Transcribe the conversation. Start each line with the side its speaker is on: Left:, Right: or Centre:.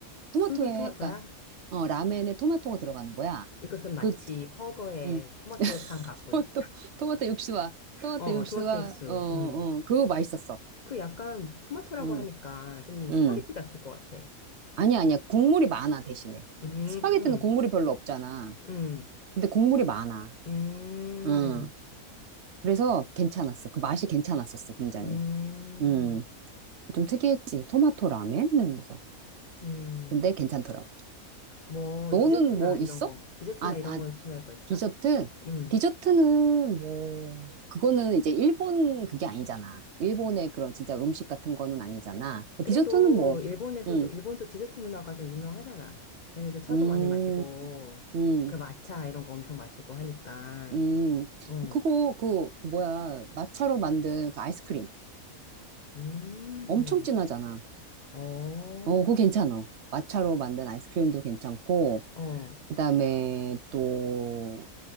Right: 토마토에,
Left: 수비 토마토야?
Right: 그니까, 어, 라멘에 토마토가 들어가는 거야.
Left: 이것은 마치
Right: 그,
Left: 훠거의
Right: 음,
Left: 토마토탕 같군.
Right: <laughs> 토마토, 토마토 육수와, 토마토
Left: 어,
Right: 육수와,
Left: 토마토 육수.
Right: 어, 어,
Left: 음.
Right: 그거 맛있었어.
Left: 그 약간 토마토라고
Right: 음,
Left: 하니까 좀 스파게티
Right: 음.
Left: 같을 것 같아.
Right: 아니야, 아니야. 국물이 많아, 대신에.
Left: 음,
Right: 스파게티는 국물이 별로 없잖아.
Left: 음,
Right: 근데 국물이 많아.
Left: 음,
Right: 응. 그래서 괜찮았어. 그 맛이 괜찮았었어, 굉장히.
Left: 음,
Right: 음, 좀 특이했지. 토마토 라멘? 이러면서.
Left: 음.
Right: 근데 괜찮더라고.
Left: 뭐
Right: 너는
Left: 디저트나
Right: 뭐
Left: 이런
Right: 있어?
Left: 거, 디저트나
Right: 아,
Left: 이런
Right: 아,
Left: 거 추천할 거 있어?
Right: 디저트?
Left: 음.
Right: 디저트는 뭐, 그거는 이제 일본 그게 아니잖아. 일본의 그런 진짜 음식 같은 거는 아니잖아.
Left: 그래도
Right: 디저트는 뭐,
Left: 일본에서도
Right: 음,
Left: 일본도 디저트 문화가 좀 유명하잖아. 걔네들 차도
Right: 음,
Left: 많이 마시고
Right: 음,
Left: 그 마차 이런 거 엄청 마시고 하니까.
Right: 음.
Left: 어.
Right: 그거, 그, 그 뭐야, 마차로 만든 그 아이스크림.
Left: 음.
Right: 엄청 진하잖아.
Left: 어.
Right: 어, 그거 괜찮아. 마차로 만든 아이스크림도 괜찮고,
Left: 어.
Right: 그 다음에 또,